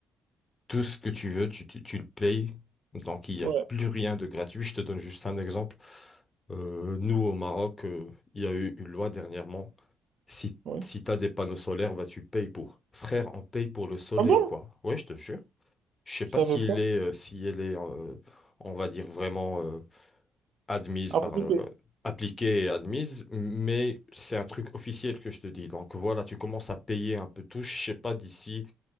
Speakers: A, on the left; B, on the right.
A: tout ce que tu veux, tu, tu, tu le payes. Donc, il n'y
B: ouais,
A: a plus rien de gratuit. Je te donne juste un exemple. Euh, nous, au Maroc, euh, il y a eu une loi dernièrement. Si,
B: ouais.
A: si tu as des panneaux solaires, bah, tu payes pour. Frère, on paye pour le soleil,
B: Ah bon?
A: quoi. Ouais, je te jure. Je sais pas
B: Je savais
A: s'il
B: pas.
A: est, euh, si elle est, euh, on va dire vraiment. euh, admise
B: Appliquer
A: par le, bah, appliquée et admise, mais c'est un truc officiel que je te dis. Donc voilà, tu commences à payer un peu tout. Je sais pas d'ici,